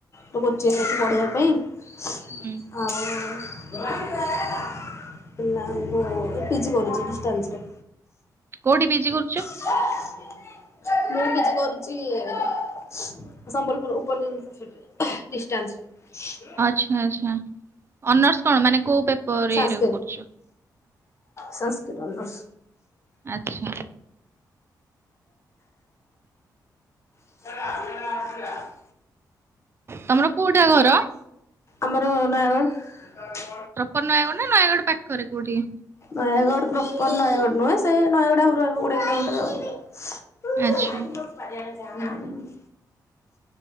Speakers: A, on the left; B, on the right.
A: ତ କୋଚିଙ୍ଗ ନେଇଛି ପଢ଼େଇବା ପାଇଁ
B: ହୁଁ
A: ଆଉ <unintelligible> ନାଁ ମୁଁ ପିଜି କରିଛି ଡିଷ୍ଟଷ୍ଟାନ୍ସରେ।
B: କୋଉଠି ପିଜି କରୁଛ?
A: <unintelligible> ମୁଁ ପିଜି କରୁଛି ଇଏ ରେ ସମ୍ବଲପୁର ଉପର <unintelligible> ୟୁନିଭସିଟି ରେ। ଡିଷ୍ଟାନ୍ସରେ।
B: ଆଚ୍ଛା, ଆଚ୍ଛା ଅନର୍ସ କଣ ମାନେ କୋଉ ପେ ପର
A: ସାଂସ୍କ୍ରିଟ
B: ଇଏ ରେ କରୁଛ,
A: ସାଂସ୍କ୍ରିଟ ଅନର୍ସ
B: ଆଛା
A: <unintelligible>
B: ତମର କୋଉଟା ଘର?
A: ଆମର ନୟାଗଡ଼।
B: ପ୍ରପର ନୟାଗଡ଼ ନା ନୟାଗଡ଼ ପାଖରେ କୋଉଠି?
A: ନୟାଗଡ଼ ପ୍ରପର ନୟାଗଡ଼ ନୁହେଁ ସେ ନୟାଗଡ଼ ଆହୁରି ରହିବ କୋଡ଼ିଏ କିଲୋମିଟର ଆଉ।
B: ଆଚ୍ଛା।
A: <unintelligible> ହୁଁ,